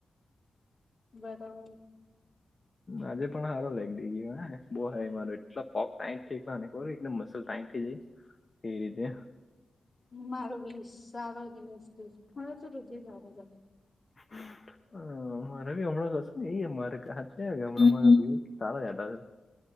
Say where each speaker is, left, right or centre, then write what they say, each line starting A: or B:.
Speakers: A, on the left; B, on the left.
A: બરાબર.
B: આજે પણ સારો લાગદે ગયો હા બહુ હ મારો એટલો પોગ આયઠી કયોને. બહુ એકદમ મસલ ટાઈટ થઈ જાય તે રીતે.
A: મારો બેસ સારો દિવસ છે મારો તો હૃદય સારોજ
B: હું. હ મારે હમણાં કશું નેએ મારે હ કે હમણાં સારા જ